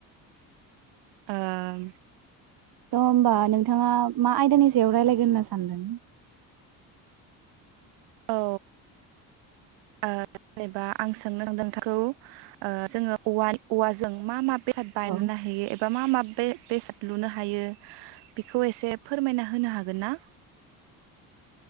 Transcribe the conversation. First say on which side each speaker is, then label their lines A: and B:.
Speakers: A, on the right; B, on the right.
A: ओम
B: अ होमबा नोंथाङा मा आय नि सायाव रायलायगोन होनना सानदों?
A: औ ओ जेनेबा आं सोंनो नोंथांखौ ओ जोङो औवा औवाजों मा मा बेसाद बायनो
B: औ
A: हायो एबा मा बे बेस लुनो हायो बेखौ एसे फोरमायना होनो हागोन ना?